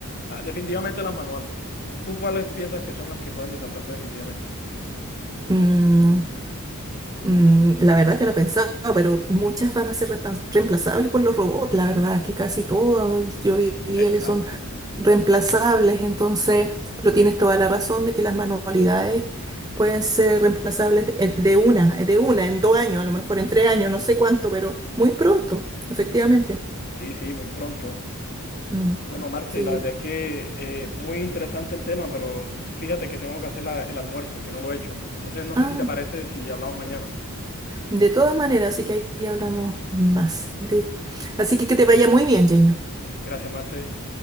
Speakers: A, on the left; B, on the right.
A: ah, definitivamente las manuales. ¿Tú cuáles piensas que son las que pueden desaparecer definitivamente?
B: Mm, Mm, la verdad que no he pensado, pero muchas van a ser reemplaz- reemplazables por los robots. La verdad es que casi todas yo di- diría
A: Exacto.
B: que son reemplazables. Entonces, pero tienes toda la razón de que las manualidades pueden ser reemplazables de, en- de una, eh, de una, en dos años, a lo mejor en tres años, no sé cuánto, pero muy pronto, efectivamente.
A: Sí, sí, muy pronto.
B: Mm,
A: Bueno, Marce,
B: sí.
A: la verdad es que eh, muy interesante el tema, pero fíjate que tengo que hacer la- el almuerzo, que no lo he hecho. Entonces, no
B: Ah,
A: sé si te parece
B: ya.
A: si hablamos mañana.
B: de todas maneras, así que ahí hablamos más. De... Así que que te vaya muy bien, Jaina.
A: Gracias, Marce.